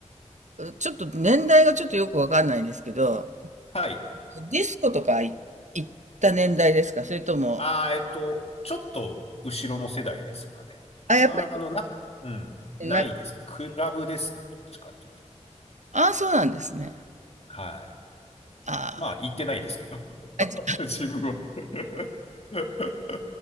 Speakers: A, on the right; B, on the left.
A: ちょっと年代がちょっとよくわかんないんですけど、
B: はい。
A: ディスコとかい行った年代ですかそれとも、
B: ああ、えっと、ちょっと後ろの世代ですかね。
A: あ、
B: まあ、
A: やっぱ
B: あの、な、うん、ないですね。
A: り、なんか、
B: クラブですね。どっちかって言った
A: ああ、そうなんですね。
B: ら。はい。
A: あ
B: まあ、行ってないですけど、<laughs>
A: あ、あじ
B: 自分は。<laughs>